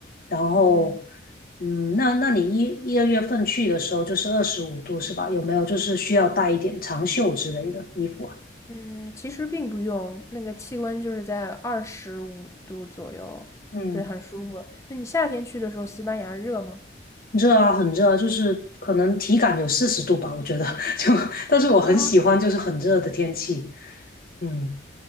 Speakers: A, on the left; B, on the left.
A: 然后，
B: 嗯
A: 嗯，那那你一一二月份去的时候就是二十五度是吧？有没有就是需要带一点长袖之类的衣服啊？
B: 嗯，其实并不用，那个气温就是在二十五度左右，
A: 嗯
B: 对，很舒服。那你夏天去的时候，西班牙热吗？
A: 热啊，很热啊，就是可能体感有四十度吧，我觉得 <laughs> 就，但是我很喜欢就是很热的天气。
B: 啊，
A: 嗯，